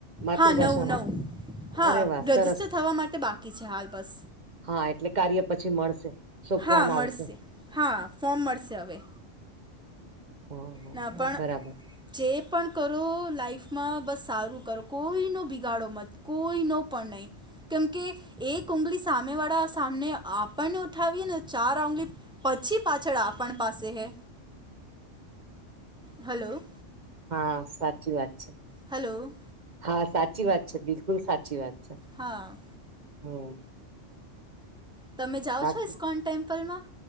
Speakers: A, on the right (about 35°); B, in the centre.
A: માતૃભાષા
B: હા નવું
A: માટે
B: નવું હા
A: અરે વાહ
B: રજિસ્ટર
A: સરસ
B: થવા માટે બાકી છે હાલ બસ
A: હા એટલે કાર્ય પછી મળશે સોંપવામાં
B: હા મળશે
A: આવશે
B: હા ફોમ મળશે હવે
A: હા હા
B: ના પણ
A: બરાબર
B: જે પણ કરો લાઈફમાં બસ સારું કરો કોઈનો બિગાડો મત કોઈનો પણ નહીં કેમકે એક ઉગળી સામે વાળા સામને આપણને ઉઠાવીએ ને ચાર આંગળી પછી પાછળ આપણ પાસે હે હલો
A: હા સાચી વાત છે
B: હલો
A: હા સાચી વાત છે બિલકુલ સાચી વાત છે
B: હા
A: હમ્મ
B: તમે જાઓ
A: બાકી
B: છો ઇસ્કોન ટેમ્પલમાં